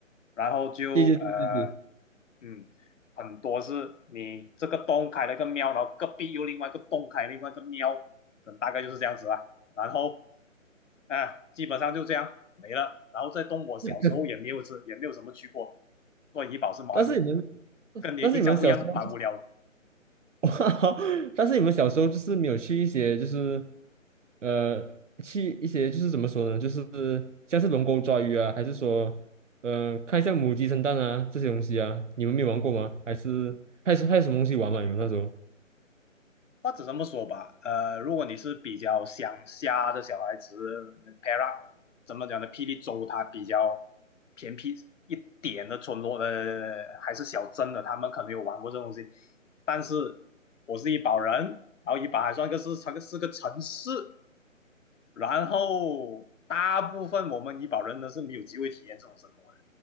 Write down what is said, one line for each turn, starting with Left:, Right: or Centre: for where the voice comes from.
Left: 然后就呃
Right: 对对对对对。
Left: 嗯，很多是你这个洞开了一个庙，然后隔壁又另外一个洞开另外一个庙，可能大概就是这样子啦。然后啊，基本上就这样没了。然后这洞我小时候也没有吃，
Right: <laughs>
Left: 也没有什么去过，做怡保是蛮
Right: 但是你们，
Left: 跟你的印象不一样，
Right: 但是你们小时候，
Left: 蛮无聊的。
Right: <laughs> 哇但是你们小时候就是没有去一些，就是呃，去一些就是怎么说呢，就是像是龙沟抓鱼啊，还是说，呃，看一下母鸡生蛋啊这些东西啊，你们没有玩过吗？还是还是还有什么东西玩吗？你们那时候？
Left: 或者这么说吧，呃，如果你是比较乡下的小孩子，Para 怎么讲呢？霹雳州它比较偏僻一点的村落呃，还是小镇的，他们可能有玩过这东西。但是我是怡保人，然后怡保还算个是它个是个城市，然后大部分我们怡保人呢是没有机会体验这种生活的，